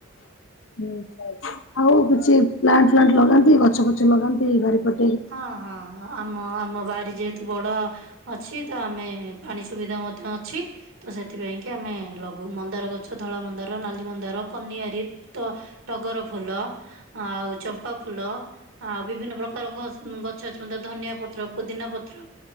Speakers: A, on the left (about 75°); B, on the right (about 85°).
A: ଆଛା, ଆଉ କିଛି ପ୍ଲାଣ୍ଟ ଫ୍ଲାଣ୍ଟ ଲଗାନ୍ତି ଗଛ ଫଛ ଲଗାନ୍ତି ବାରିପଟ
B: ହଁ ହଁ ହଁ ଆମ ଆମ ବାରି ଯେହେତୁ ବଡ଼ ଅଛି ତ, ଆମେ ପାଣି ସୁବିଧା ମଧ୍ୟ ଅଛି। ତ ସେଥିପାଇଁ କି ଆମେ ଲଗଉ ମନ୍ଦାର ଗଛ, ଧଳା ମନ୍ଦାର, ନାଲି ମନ୍ଦାର, କନିଆରୀ ତ ଟଗର ଫୁଲ ଆଉ ଚମ୍ପା ଫୁଲ ଆଉ ବିଭିନ୍ନ ପ୍ରକାର ଘ ଗଛ ଅଛି ଧନିଆ ପତ୍ର, ପୋଦିନା ପତ୍ର,